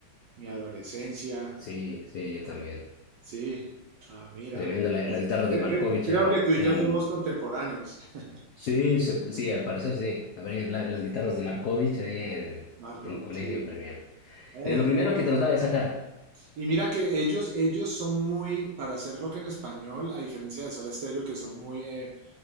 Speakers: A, on the right (about 75°); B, on the left (about 90°).
A: mi adolescencia,
B: Sí, sí, yo también.
A: Sí, ah, mira.
B: Tremendo. La- las guitarras
A: Creo
B: de Markovich
A: que, creo
B: eran,
A: que tú y
B: eran
A: yo somos contemporáneos, <laughs>
B: Sí, se- sí, al parecer sí. A ver, la- las guitarras de Markovich ahí en,
A: Marco.
B: en colegio
A: sí.
B: premier.
A: Eh,
B: Eh, lo primero que trataba de sacar,
A: Y mira que ellos, ellos son muy, para hacer rock en español, a diferencia de Soda Stereo, que son muy, eh,